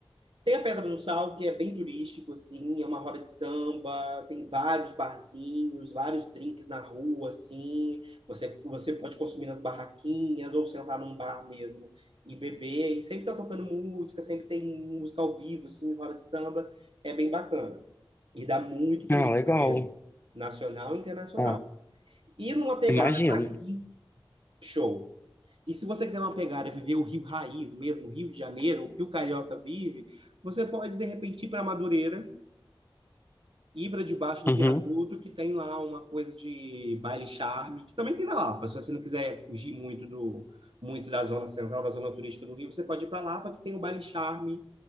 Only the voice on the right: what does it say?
Tem a Pedra do Sal, que é bem turístico, assim, é uma roda de samba, tem vários barzinhos, vários drinks na rua, assim. Você, você pode consumir nas barraquinhas ou sentar num bar mesmo e beber. E sempre tá tocando música, sempre tem música ao vivo, assim, roda de samba. É bem bacana. E dá muito turista
mesmo, nacional e internacional.
E numa pegada
mais hippie, show. E se você quiser uma pegada, viver o Rio Raiz mesmo, Rio de Janeiro, o que o carioca vive, você pode, de repente, ir para Madureira, ir para debaixo do
viaduto, que tem lá uma coisa de baile charme, que também tem na Lapa. Se você não quiser fugir muito do muito da zona central, da zona turística do Rio, você pode ir para Lapa, que tem o baile charme,